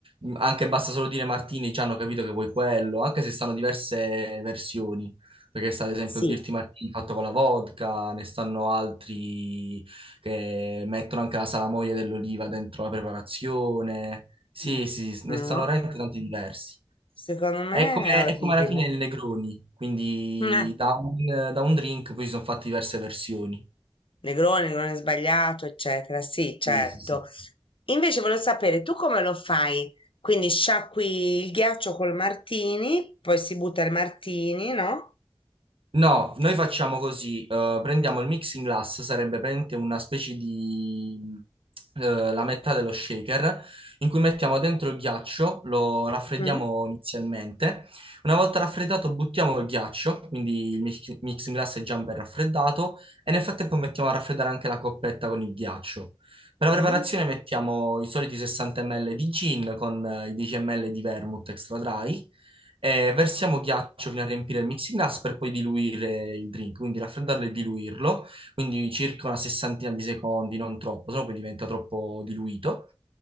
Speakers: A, on the right; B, on the left.
A: Mm, anche basta solo dire Martini, già hanno capito che vuoi quello, anche se stanno diverse versioni, perché sta ad esempio
B: sì,
A: il Dirty Martini fatto con la vodka, ne stanno altri che mettono anche la salamoia dell'oliva dentro la preparazione. Sì,
B: Mm.
A: sì,
B: no?
A: ne stanno veramente tanti diversi.
B: Secondo me
A: È come,
B: è orribile.
A: è come alla fine il Negroni, quindi
B: Mm, Eh,
A: da un, da un drink poi si sono fatte diverse versioni.
B: Negroni, Negroni sbagliato, eccetera, sì, certo.
A: Sì, sì, sì.
B: Invece volevo sapere, tu come lo fai? Quindi sciacqui il ghiaccio col martini, poi si butta il martini, no?
A: No, noi facciamo così, eh, prendiamo il mixing glass, sarebbe praticamente una specie di eh, la metà dello shaker, in cui mettiamo dentro il ghiaccio, lo raffreddiamo
B: Mm.
A: inizialmente. Una volta raffreddato buttiamo il ghiaccio, quindi il mix- mixing glass è già ben raffreddato, e nel frattempo mettiamo a raffreddare anche la coppetta con il ghiaccio. Per la
B: Mhm.
A: preparazione mettiamo i soliti 60 ml di gin con eh, i 10 ml di vermouth extra dry eh, versiamo ghiaccio fino a riempire il mixing glass per poi diluire il drink, quindi raffreddarlo e diluirlo, quindi circa una sessantina di secondi, non troppo, sennò poi diventa troppo diluito.